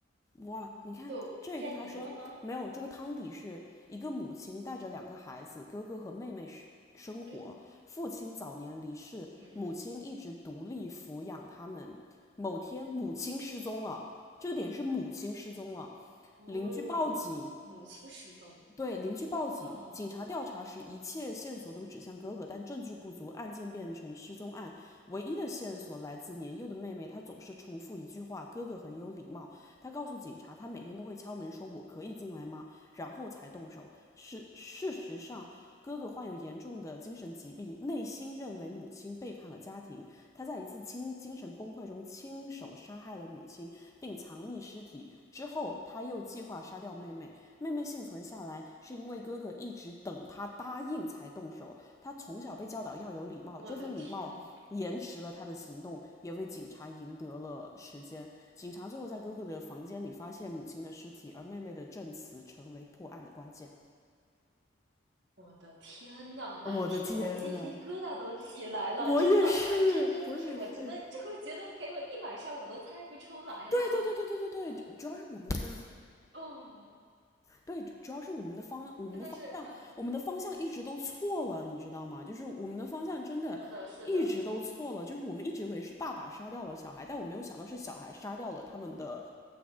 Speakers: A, on the left; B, on the right.
A: 哇，你看这个他说没有，
B: 就偏离了吗？
A: 这个汤底是一个母亲带着两个孩子哥哥和妹妹生生活，
B: 嗯
A: 父亲早年离世，
B: 嗯嗯。
A: 母亲一直独立抚养他们。某天母亲失踪了，这个点是母亲失踪了，
B: 哦哟，
A: 邻居报警，
B: 母亲失踪，
A: 对邻居报警，
B: 哦，
A: 警察调查时，一切线索都指向哥哥，但证据不足，案件变成失踪案。唯一的线索来自年幼的妹妹，她总是重复一句话：“哥哥很有礼貌。”她告诉警察，她每天都会敲门说：“我可以进来吗？”然后才动手。事事实上，哥哥患有严重的精神疾病，内心认为母亲背叛了家庭。他在一次亲近。精神崩溃中亲手杀害了母亲，并藏匿尸体。之后，他又计划杀掉妹妹。妹妹幸存下来，是因为哥哥一直等他答应才动手。他从小被教导要有礼貌，
B: 我的天！
A: 这份礼貌延迟了他的行动，也为警察赢得了时间。警察最后在哥哥的房间里发现母亲的尸体，而妹妹的证词成为破案的关键。
B: 我的天呐，
A: 我的天呐，
B: 听得我鸡皮疙瘩都起来了，
A: 我也是，
B: 真的，这真的是我觉得，
A: 我也是。
B: 这我觉得给我一晚上我都猜不出来呀、
A: 对对对对对对对，主要是我们的
B: 哦，
A: 对，主主要是我们的方，案，我们的方向，
B: 真的是啊，
A: 我们的方向一直都错了，你知道吗？就是我们的方向真的一直都错了，
B: 是的，是的，
A: 就是我们一直以为是爸爸杀掉了小孩，但我没有想到是小孩杀掉了他们的